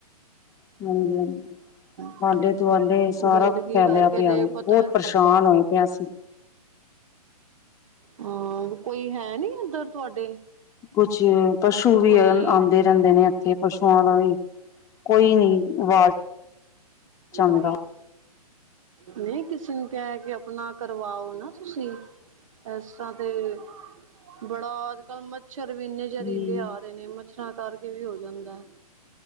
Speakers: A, on the left (about 15°); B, on the right (about 55°).
A: ਹਾਂਜੀ ਹਾਂਜੀ
B: <unintelligible> <inaudible>
A: ਆਲੇ ਦੁਆਲੇ ਸਾਰਾ
B: ਗੰਦਗੀ
A: ਫੈਲਿਆ
B: ਕਰਕੇ
A: ਪਿਆ
B: ਤੇ
A: ਵੇ
B: ਪਤਾ
A: ਬਹੁਤ ਪਰੇਸ਼ਾਨ ਹੋਏ ਪਏ ਅਸੀਂ
B: ਹਾਂ ਕੋਈ ਹੈ ਨੀ ਇੱਧਰ ਤੁਹਾਡੇ
A: ਕੁਛ ਪਸ਼ੂ ਵੀ
B: ਕੋਈ
A: ਆਉਂਦੇ ਰਹਿੰਦੇ ਨੇ ਇੱਥੇ ਪਸ਼ੂਆਂ ਦਾ ਵੀ ਕੋਈ ਨੀ ਆਵਾਜ਼ ਚ ਆਉਂਦਾ
B: ਕੋਈ ਨਹੀਂ ਨਹੀਂ ਕਿਸੇ ਨੂੰ ਕਿਹਾ ਕੇ ਆਪਣਾ ਕਰਵਾਓ ਨਾ ਤੁਸੀਂ ਇਸ ਤਰ੍ਹਾਂ ਤੇ ਬੜਾ ਅੱਜ ਕੱਲ੍ਹ ਮੱਛਰ ਵੀ ਏਨੇ ਜ਼ਹਿਰੀਲੇ
A: ਹਮ
B: ਆ ਨੇ ਮੱਛਰਾਂ ਕਰਕੇ ਵੀ ਹੋ ਜਾਂਦਾ